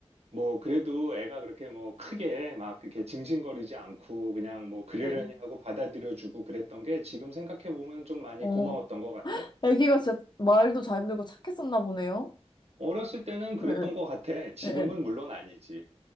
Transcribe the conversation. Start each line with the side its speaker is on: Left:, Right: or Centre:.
Right: 뭐, 그래도 애가 그렇게 뭐 크게 막 이렇게 징징거리지 않고 그냥 뭐 그러려니
Left: 네.
Right: 하고 받아들여주고 그랬던 게 지금 생각해보면 좀 많이
Left: 어,
Right: 고마웠던 것 같아.
Left: 애기가 진짜 말도 잘 들고 착했었나 보네요.
Right: 어렸을 때는 그랬던
Left: 네,
Right: 것 같아. 지금은
Left: 네, 네.
Right: 물론 아니지.